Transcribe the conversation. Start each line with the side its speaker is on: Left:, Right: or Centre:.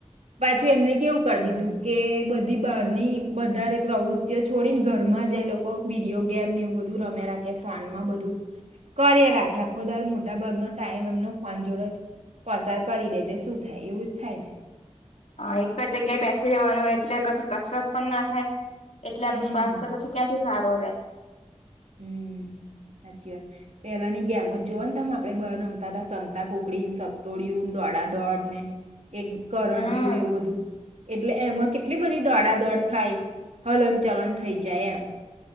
Right: પાછી એમને કેવું કરી દીધું, કે બધી બહારની વધારે પ્રવૃતિઓ છોડીને ઘરમા જ લોકો વિડીયો ગેમ ને એવું બધું રમ્યા રાખે, ફોનમાં બધું કર રાખે આખો દ મોટા ભગનોો ટાઈમ એમનો ફોન જોડો જ પસાર કરી દે, તે શું થાય એવું જ થાય ને
Left: હા, એક જ જગ્યાએ બેસી રહેેવાનું, એટલે કછી કસરત પણ ના થાય એટલે એનું
Right: હમ
Left: સ્વાસ્થ્ય પછી, ક્યાંથી સારું રહેે
Right: હમ સાચી વાત પેલાની ગેમો, જ જોઓ ને તમે આપડે બ રમતા હતા. સંતા કોુકડીને સતોડિય ડા દોડ ને એક કરંટયુંને,
Left: હમ
Right: એવું બધું એટલે એમાં કેટ એટલી બધી દોડાદોડ થાય. હલન ચલન થઈ જાય એમ